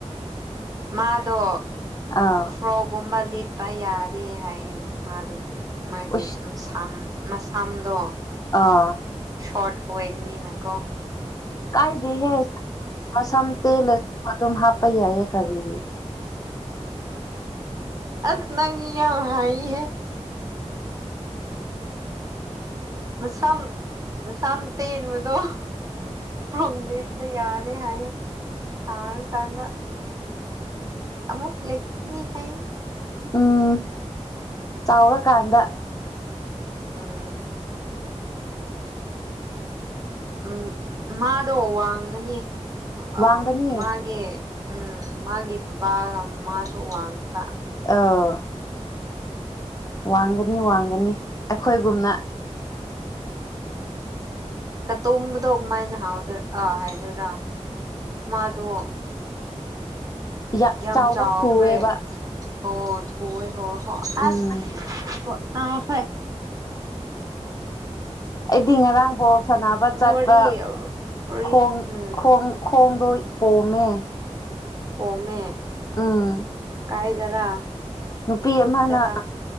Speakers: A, on the right; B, on the left.
A: ꯃꯥꯗꯣ
B: ꯑꯥ
A: ꯐ꯭ꯔꯣꯒꯨꯝꯕ ꯂꯤ ꯠꯄ ꯌꯥꯗꯦ ꯍꯥꯏꯌꯦ ꯃꯥꯗꯣ ꯃꯥꯒꯤ
B: ꯎꯁ
A: ꯃꯁꯝ ꯃꯁꯥꯝꯗꯣ
B: ꯑꯥ
A: ꯁꯣꯔꯠ ꯑꯣꯏꯜꯅꯤꯅꯀꯣ
B: ꯀꯥꯏꯗꯦꯍꯦꯁꯝ ꯇꯦꯜꯂꯁꯨ ꯑꯗꯨꯝ ꯍꯥꯞꯄ ꯌꯥꯏꯌꯦ ꯀꯔꯤꯅꯤ
A: ꯑꯁ ꯅꯪꯉ ꯌꯥ ꯍꯥꯏ ꯍ ꯃꯁꯝ ꯃꯁꯥꯝ ꯇꯦꯟꯕꯗꯣ ꯐꯣꯡꯗꯦꯄ ꯌꯥꯅꯤꯦ ꯍꯥꯏ ꯆꯥ ꯀꯗ ꯑꯃꯨꯛ ꯂꯦꯀꯅꯤ ꯍꯥꯏ
B: ꯎꯝ ꯆꯥꯎꯔꯀꯥꯟꯗ
A: ꯎꯝ ꯎꯝ ꯃꯥꯗꯣ ꯋꯥꯡꯉꯅꯤ
B: ꯋꯥꯡꯒꯅꯤ
A: ꯑ ꯃꯥꯒꯤ ꯎꯝ ꯃꯥꯒꯤ ꯕꯕꯥꯒꯃꯥꯁꯨ ꯋꯥꯡꯉꯤꯕ
B: ꯑꯥ ꯋꯥꯡꯒꯅꯤ ꯋꯥꯡꯒꯅꯤ ꯑꯩꯈꯣꯏꯒꯨꯝꯅ
A: ꯀ ꯇꯣꯝꯕꯗꯃꯥꯏꯅ ꯍꯥꯎꯗ ꯑ ꯍꯥꯏ ꯔ ꯃꯥꯗꯨꯣ
B: ꯌꯥ
A: ꯌꯥꯝ
B: ꯆꯥꯎꯕ
A: ꯆꯥꯎꯈ꯭ꯔꯦ
B: ꯊꯨꯋꯦꯕ
A: ꯑꯣ ꯊꯣꯛꯑꯦ ꯍꯣꯏ ꯍ ꯑꯥꯁ
B: ꯎꯝ
A: ꯈ
B: ꯑꯩꯗꯤ ꯉꯔꯥꯡꯐꯥꯎ ꯁꯥꯟꯅꯕ ꯆꯠꯄ꯭ꯔ
A: ꯋꯥꯔꯤ ꯋꯥꯔꯤ
B: ꯈꯣꯡ
A: ꯎꯝ
B: ꯈꯣꯡ ꯈꯣꯡꯗꯣꯏ ꯄꯣꯝꯃꯦ
A: ꯑꯣꯃꯦ
B: ꯑꯥ
A: ꯀꯥꯏꯗꯔꯥ
B: ꯅꯨꯄꯤ
A: ꯐꯨꯠꯇꯔꯥ
B: ꯑꯃꯅ